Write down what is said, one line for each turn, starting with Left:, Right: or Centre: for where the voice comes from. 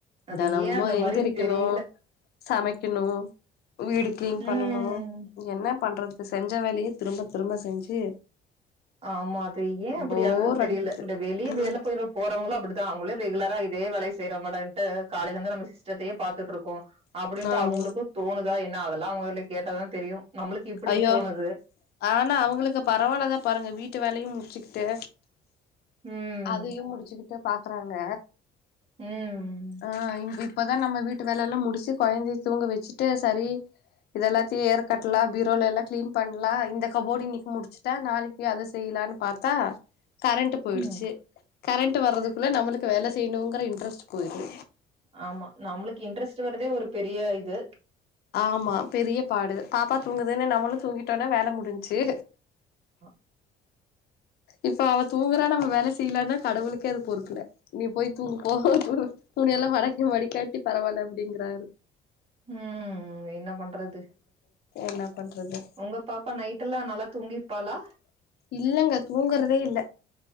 Right: அது
Left: தெனமு
Right: ஏன் அந்த மாறினு
Left: எந்திரிக்கணு
Right: தெரில
Left: சமைக்கணு வீடு க்ளீன் பண்ணணு
Right: ம்
Left: என்ன பண்றது செஞ்ச வேலயே திரும்ப திரும்ப செஞ்சு
Right: ஆமா அது ஏ அப்டியாகுது
Left: போர்
Right: தெரியல
Left: அடிக்குது
Right: இந்த வெளிய வல
Left: ம்
Right: போய போறவங்களு அப்டிதா அவங்களு ரெகுலரா இதே வேலை செய்றமடன்ட்டு காலைலந்து நம்ம ஸ் த்தையே பாத்துட்டு இருக்கோ அப்டின்ட்டு
Left: ஆமா
Right: அவுங்களுக்கு தோணுதா என்ன லா அவுங்களே கேட்டா தா தெரியு நம்ளுக்கு இப்டி
Left: ஐயோ
Right: தோணுது
Left: ஆனா அவங்களுக்கு பரவாயில்லதா பாருங்க வீட்டு வேலையு முடிச்சுகிட்டு
Right: ம்.
Left: அதையு முடிச்சுகிட்ட பாக்குறாங்க
Right: ம்.
Left: ஆ இங் இப் இப்பதா நம்ம வீட்டு வேலல்லா முடிச்சு கொழந்தய தூங்க வச்சுட்டு சரி இத எல்லாத்தயு ஏறக்கட்லா பிரோல எல்லா க்ளீன் பண்லா இந்த கபோட் இன்னிக்கு முடிச்சிட்டா நாளைக்கி அத செய்லானு பாத்தா கரண்டு போய்டுச்சு
Right: ம்.
Left: கரண்ட்டு வர்றதுகுள்ள நம்மளுக்கு வேல செய்ணுங்கற இன்ட்ரெஸ்ட் போய்ரு
Right: ஆமா நம்ளுக்கு இன்ட்ரெஸ்ட் வர்தே ஒரு பெரிய இது
Left: ஆமா பெரிய பாடு பாப்பா தூங்குதுன்னு நம்மளு தூங்கிட் டோன வேல முடிஞ்சு
Right: ஆ
Left: இப்ப அவ தூங்குறா நம்ம வேல செய்லானா கடவுளுக்கே அது பொருக்கல நீ போய் தூங்கு போ தூ துணியல்லா மடக்கி மடிக்காட்டி பரவால்ல அப்டிங்குறாரு
Right: ம் என்ன பண்றது
Left: என்னப் பண்றது
Right: உங்க பாப்பா நைட்டெல்லாம் நல்லா தூங்கிப்பாளா?
Left: இல்லங்க தூங்குறதே இல்ல